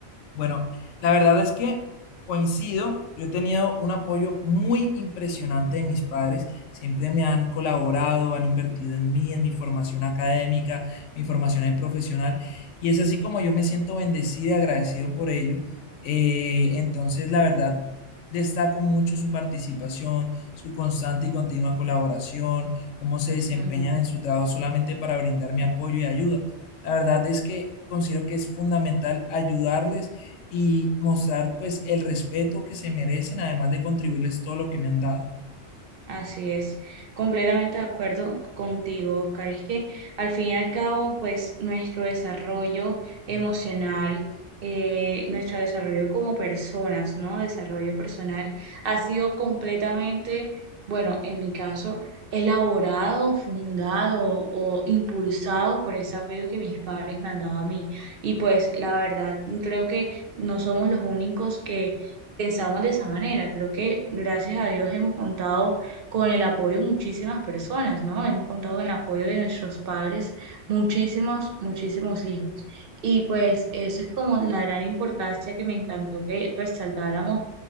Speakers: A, on the left; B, on the right.
A: Bueno, la verdad es que coincido, yo he tenido un apoyo muy impresionante de mis padres, siempre me han colaborado, han invertido en mí, en mi formación académica, mi formación de profesional, y es así como yo me siento bendecido y agradecido por ello. Eh, entonces, la verdad, destaco mucho su participación, su constante y continua colaboración, cómo se desempeñan
B: Ujú.
A: en su trabajo solamente para brindarme apoyo y ayuda. La verdad es que considero que es fundamental ayudarles y mostrar pues el respeto que se merecen, además de contribuirles todo lo que me han dado.
B: Así es, completamente de acuerdo contigo, Oscar. Es que al fin y al cabo, pues nuestro desarrollo emocional, eh, nuestro desarrollo como personas, ¿no? Desarrollo personal ha sido completamente, bueno, en mi caso, elaborado, fundado o impulsado por ese apoyo que mis padres me han dado a mí. Y pues la verdad, creo que no somos los únicos que... Pensamos de esa manera. Creo que gracias a Dios hemos contado con el apoyo de muchísimas personas, ¿no? Hemos contado con el apoyo de nuestros padres, muchísimos, muchísimos hijos. Y pues eso es como la gran importancia que me encantó que resaltáramos